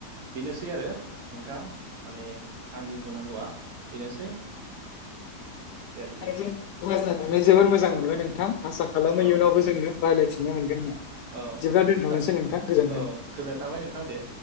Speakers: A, on the right; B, on the left.
A: बेनोसै आरो नोंथां माने आंनि बुंनांगौआ बेनोसै। आरोखि
B: नोंथांजों रायज्लायनानै जोबोर मोजां मोनबाय नोंथां। आसा खालामो
A: औ
B: इयुनावबो जोङो रायलायफिननो मोनगोन होनना। बिदिब्ला
A: औ
B: दोनथ'नोसै
A: जा
B: नोंथां गोजोन्थों।
A: औ गोजोननाय थाबाय नोंथां दे।